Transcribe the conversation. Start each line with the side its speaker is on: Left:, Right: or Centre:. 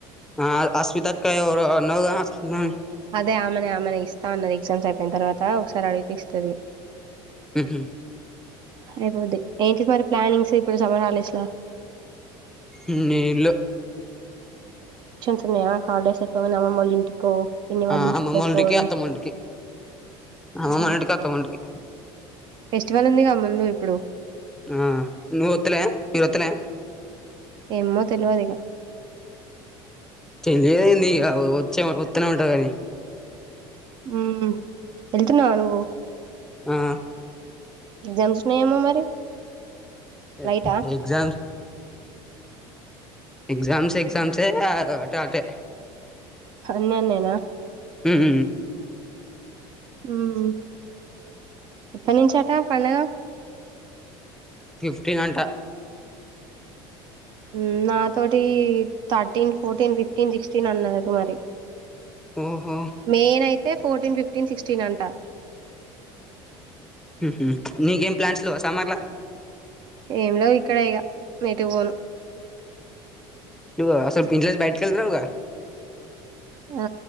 Centre: ఆ అశ్వితక్క ఎవరో అన్నావ్గ <unintelligible>
Right: అదే ఆమనే ఆమనే ఇస్తా అన్నది ఎగ్జామ్స్ అయిపోయిన్ తర్వాత ఒక్సార్ అడిగితే ఇస్తది.
Centre: మ్ హ్
Right: అయిపోద్ది ఏంటి మరి ప్లానింగ్స్ ఇప్పుడు సమ్మర్ హాలిడేస్ల
Centre: ఉమ్ నిల్
Right: ఉన్నయా హాలిడేస్ అయిపొంగనే అమ్మమ్మ వాల్ ఇంటికో పిన్ని వాళ్ళ
Centre: ఆ
Right: ఇంటికో
Centre: అమ్మమ్మొల్లింటికి,
Right: పోవడం
Centre: అత్తమ్మొల్లింటికి అమ్మమ్మొళ్లింటికి,
Right: ఊహూ
Centre: అత్తమ్మొల్లింటికి.
Right: ఫెస్టివల్ ఉందిగా ముందు ఇప్పుడు
Centre: ఆ నువత్తలే మీర్ ఒత్తలే
Right: ఏమో తెల్వదిగ
Centre: తెలియదేందిగ వచ్చే వత్తనవ్ ఉంటా గని
Right: మ్ ఎళ్తున్నవ నువ్వు
Centre: ఆ
Right: ఎగ్జామ్స్ ఉన్నాయేమో మరి
Centre: ఎ
Right: లైటా
Centre: ఎగ్జామ్స్ ఎగ్జామ్స్ ఎక్జామ్సే అ అటు అటే
Right: అన్ని అన్నేనా
Centre: హ్మ్
Right: ఉమ్ ఎప్పనుంచట పండగా
Centre: ఫిఫ్టీన్ అంట
Right: మ్ నాతోటి thirteen, fourteen, fifteen, sixteen అన్నది మరి
Centre: ఓహో
Right: మెయిన్ అయి తే ఫోర్టీన్, ఫిఫ్టీన్, సిక్స్టీన్ అంట.
Centre: మ్ హ్ నీకేం ప్లాన్స్ లెవ్వ సమ్మర్లా
Right: ఏం లెవ్ ఇక్కడ ఇగ ఎటు పోను.
Centre: ఇగో అసల్ ఇంట్ల నుంచ్ బైటికెళ్తలెవ్గా
Right: ఆ